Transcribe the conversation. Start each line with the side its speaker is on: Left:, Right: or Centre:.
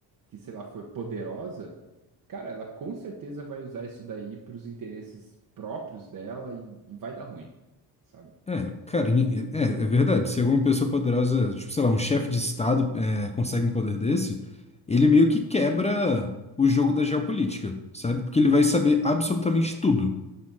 Right: que, sei lá, for poderosa, cara, ela com certeza vai usar isso daí para os interesses próprios dela e, e vai dar ruim, sabe?
Left: É, cara, em- é, é verdade. Se alguma pessoa poderosa, tipo, sei lá, um chefe de Estado é, consegue um poder desse, ele meio que quebra o jogo da geopolítica, sabe? Porque ele vai saber absolutamente
Right: Sim.
Left: tudo.